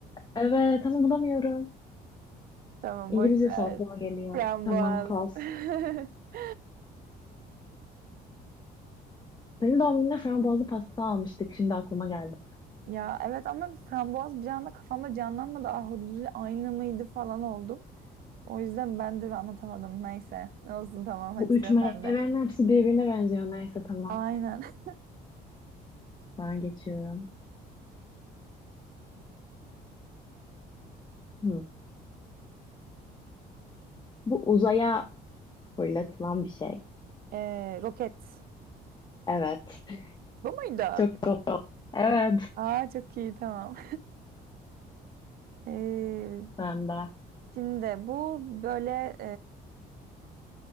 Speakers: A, on the left; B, on the right.
A: Evet ama bulamıyorum.
B: Tamam
A: İngilizce
B: boş ver.
A: aklıma geliyor.
B: Frambuaz.
A: Tamam pas.
B: <laughs>
A: Benim doğum günümde frambuazlı pasta almıştık. Şimdi aklıma geldi.
B: Ya evet ama frambuaz bir anda kafamda canlanmadı. Ahududuyla aynı mıydı falan oldum. O yüzden ben de anlatamadım. Neyse. Olsun tamam hadi
A: Bu üç
B: sıra
A: meyvenin
B: sende.
A: hepsi birbirine benziyor. Neyse tamam.
B: Aynen. <laughs>
A: Ben geçiyorum. Hı. Bu uzaya fırlatılan bir şey.
B: Ee, roket.
A: Evet. <laughs>
B: Bu muydu?
A: Çok kolay. oldu. Evet.
B: Aa çok iyi tamam. <laughs> Ee,
A: Ben de.
B: şimdi bu böyle